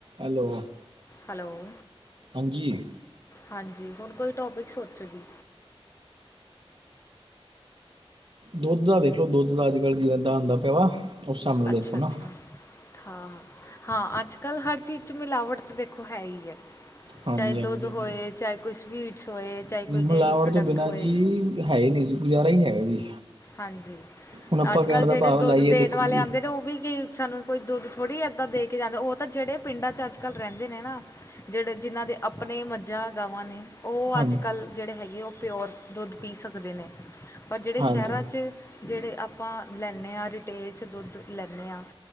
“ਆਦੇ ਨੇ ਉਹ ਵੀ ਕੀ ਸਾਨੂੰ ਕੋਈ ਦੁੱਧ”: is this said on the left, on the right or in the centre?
Left